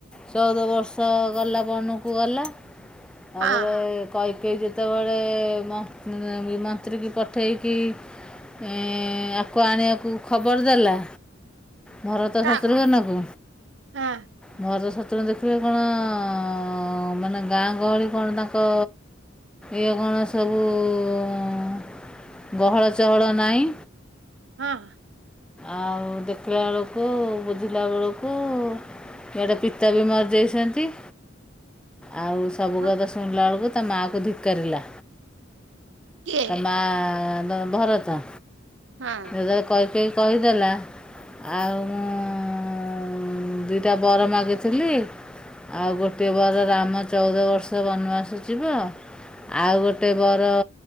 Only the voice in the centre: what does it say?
ଚଉଦ ବର୍ଷ ଗଲା, ବନକୁ ଗଲା। ତାପରେ
କୈକେୟୀ ଯେତେବେଳେ ଏ ମନ୍ତ୍ରୀକି ପଠେଇକି ଏଁ ଏଁ ଆକୁ ଆଣିବାକୁ, ଖବର ଦେଲା। ଭରତ,
ଶତୃଘନ କୁ।
ଭରତ, ଶତ୍ରୁଘ୍ନ ଦେଖିଲେ କଣ ଅ ଅ ଅ, ମାନେ ଗାଁ ଗହଳି କଣ ତାଙ୍କ? ଇଏ କଣ ସବୁ ଉଉଉ ଗହଳ, ଚହଳ ନାହିଁ।
ଆଉ ଦେଖିଲା ବେଳକୁ, ବୁଝିଲା ବେଳକୁ। କେଡେ ପିତା ବି, ମର୍ ଯାଇଛନ୍ତି। ଆଉ ସବୁ
କଥା ଶୁଣିଲା ଆଳକୁ, ତା ମାଆ କୁ ଧିକାରିଲା।
ମା ଦ ଭରତ।
ଏରେ କୈକେୟୀ କହିଦେଲା, ଆଉ ମୁଁ ଉଁ ଦିଟା ବର ମାଗିଥିଲି। ଆଉ ଗୋଟେ ବାର ରାମ, ଚଉଦ ବର୍ଷ ବନବାସ ଯିବ। ଆଉ ଗୋଟେ ବର